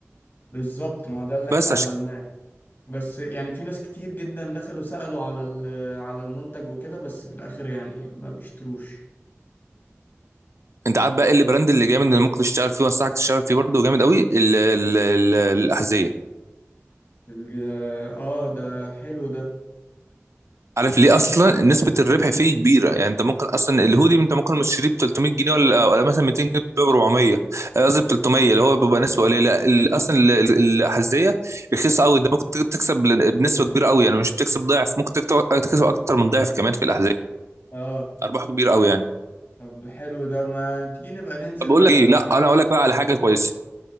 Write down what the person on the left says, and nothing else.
بالظبط ما هو ده اللي احنا
عملناه بس يعني في ناس كتير جدا دخلوا سألوا على ال- على المنتج وكده بس في الاخر يعني ما بيشتروش
ال- اه ده حلو ده
اه
طب حلو ده ما تيجي نبقى ننزل
مثلا
نقعد
على
القهوة